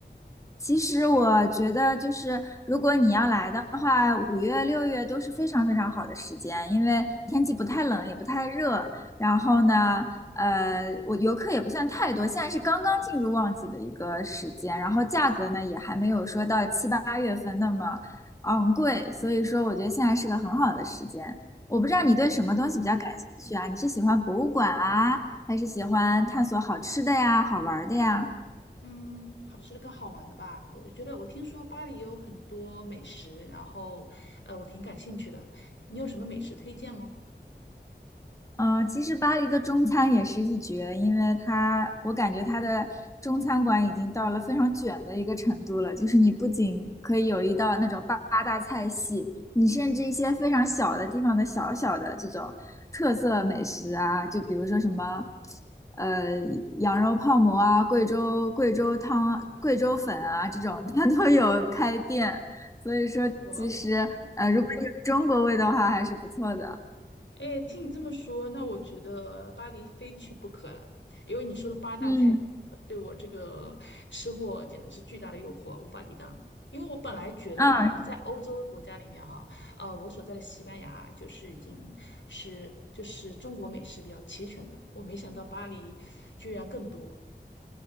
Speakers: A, on the left; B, on the left.
A: 其实我觉得，就是如果你要来的话，五月、六月都是非常非常好的时间，因为天气不太冷，也不太热。然后呢，呃，我游客也不算太多，现在是刚刚进入旺季的一个时间，然后价格呢也还没有说到七八月份那么昂贵，所以说我觉得现在是个很好的时间。我不知道你对什么东西比较感兴趣啊？
B: 嗯
A: 你是喜欢博物馆啊，还是喜欢探索好吃的呀、好玩儿的呀？
B: 嗯，好吃的跟好玩的吧。我觉得我听说巴黎有很多美食，然后，呃，我挺感兴趣的。你有什么美食推荐吗？
A: 嗯，呃其实巴黎的中餐也是一绝，因为它，我感觉它的中餐馆已经到了非常卷的一个程度了。就是你不仅可以有一道那种八八大菜系，你甚至一些非常小的地方的小小的这种特色美食啊，就比如说什么，呃，羊肉泡馍啊、贵州贵州汤啊贵州粉啊这种，它都有开店。所以说，
B: 哇哦，
A: 其实呃，如果有中国味的话，还是不错的。
B: 哎，听你这么说，那我觉得巴黎非去不可了，因为你说的八大菜
A: 嗯，
B: 对我这个吃货简直是巨大的诱惑，无法抵挡。因为我本来觉得吧，
A: 嗯。
B: 在欧洲国家里面哈，呃，我所在的西班牙就是已经是就是中国美食比较齐全的，我没想到巴黎居然更多。